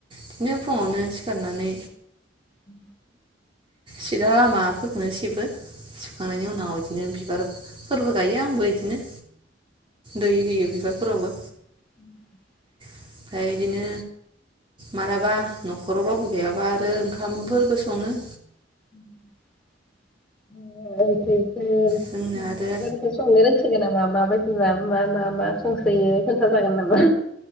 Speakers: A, on the right; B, in the centre.
A: बिदिनो फुङावनो सिखारनानै
B: उ
A: सिला लामाफोरखौनो सिबो सिबखांनायनि उनाव बिदिनो बिबार फोरबो गायो आंबो बिदिनो दै होयो बिबार फोरावबो
B: <unintelligible>
A: ओमफ्राय बिदिनो मालाबा न'खराव रावबो गैयाबा आरो ओंखामफोरबो सङो
B: <unintelligible> ओंख्रिफोर <unintelligible>
A: जोंनो आरो
B: संनो रोंसोगो नामा? माबायदि मा मा मा संसोयो खोन्था जागोन नामा?